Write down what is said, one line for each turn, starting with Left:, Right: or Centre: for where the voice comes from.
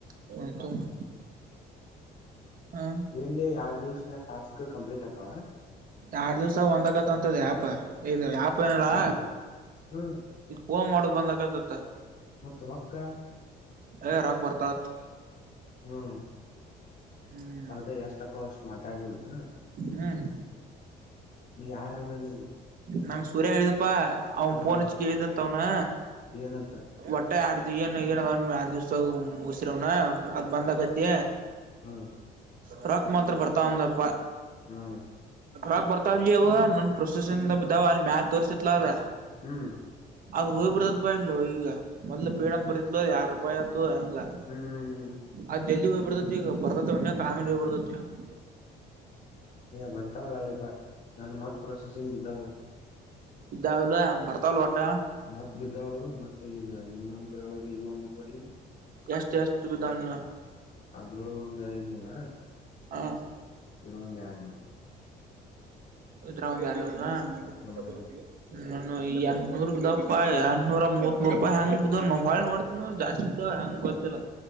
Right: ಹೂ ತೋಂಬಾ ಹ್
Left: ಏನ್ಲೇ ಎರಡು ಈ ಎರಡು ದಿವಸ್ನ್ಯಾಗ ಟಾಸ್ಕ್ ಕಂಪ್ಲೀಟ್ ಅಕ್ಕವ್ವ.
Right: ಎರಡ್ ದಿವ್ಸ ಒಂದಕತ ಅಂತದ ಯಪ ಇ ಯ್ಯಾಪ ಏನಲ್ಲಾ
Left: ಹ್ಮ್
Right: ಇದು ಪೋನ್ ಮಾಡೋ ಬಂದಕತತ್ತ
Left: ಮತ್ತು ರೊಕ್ಕ
Right: ಯ ರಾಗ ಬರ್ತಾತ್
Left: ಹ್ಮ್
Right: ಹ್ಮ್
Left: ಅದ್ಕ ಎಷ್ಟ ತಕ್ಕೋ ಅಷ್ಟ್ ಮಾತಾಡ್ಬಿಡುದ್ನ
Right: ಹ್ಮ್
Left: ನೀ ಯಾರ ಅಂದ್ರ ನೀನ್
Right: ನಂ ಸುರ್ಯ ಎ್ದಪ್ಪಾ ಅವನ್
Left: ಹ್ಮ್
Right: ಪೋನ್ಚ್ ಕ್ದಂತ ಅವನು
Left: ಏನಂತ
Right: ಒಟ್ಟೆ ಆರ್ ಏನು ಏನ ಅದಾವ ಆರಡ್ ದಿವಸ ಮುಸರವ್ನ ಅದ್ ಬಂದ್ ಆಗತಿ
Left: ಹಾ
Right: ಬರಾಕ್ ಮಾತ್ರ ಬರ್ತಾಾವಂದಪ್ಪ
Left: ಹಾ
Right: ಾಕ್ ಬರ್ತಾವಲಿ ಅ ಅವ್ ನನ್ ಪ್ರೊಸೆಸಂಗ ಬ ಇದಾವ ಅಲ್ಲಿ ಮ್ಯಾಲ ತೋರ್ಸತಿತ್ಲದ
Left: ಹ್ಮ್
Right: ಅದ ಹೋಯ್ ಬಿಿಡತದ ಬಲ ಈಗೊ್ ಪೀಡ್ ಬರೀತ್ಲ್ ಯರ ರೂಪಾಯಿ ಆಯತು ಹಂಗ
Left: ಹ್ಮ್ ಹ್ಮ್ ಹ್ಮ್
Right: ಅದ್ ಜದಿ ಹೋಗ್ಬ ಬಿಡ್ತತಿಗ ಬರ್ತವ ಒಣ್ಣ ಆಾಮೇಲೆ ಹೋಗ್ಬ ಬಿತತಿ ಹಗ <inaudible>
Left: ಏ ಬರ್ತಾವ ಅಳಿಪಾ ನಾನು ಮತ್ ಪ್ರೋಸೆಸಿಂಗ್ ಇದಿದ್ದವು
Right: ಇದಾವ ಬರ್ತಾವಲ್ ಒಟ್ಟ
Left: ಮತ್ತ್ ಬಿದ್ದಾವ ಮತ್ತೆ ಈಗ ಇನ್ನೊಂದರೊಳಗೆ ಇನ್ನೊಂದ್ ನಂಬರ್ಲಿ
Right: ಎಷ್ಟು ಎಷ್ಟು ಬಿಧಾಣ
Left: ಅದ್ರಳು ಒಂದ್ ಐದ ಮೂೂರ
Right: ಹಾ
Left: ಇರ ಒಂದ ಎರಡ್ ನೋಡ
Right: ಇದರಾಗ ಒಂದೆರಡು ನೂರ
Left: ಹ್ಮ್
Right: ನಾನು ಈ ಎಂಟ್ನೂರಾಯಿ ಎಂಟುನೂರ ಮೂತ್ ಮೂರು ರೂಪಾಯಿ ಹೆಂಗ್ ಹೊಳಿ ನೋಡ್ ಇ ಜಾಸ್ತಿ ಬಿತ್ ಹೆಂಗ ಗೊತ್ತಿಲ್ಲ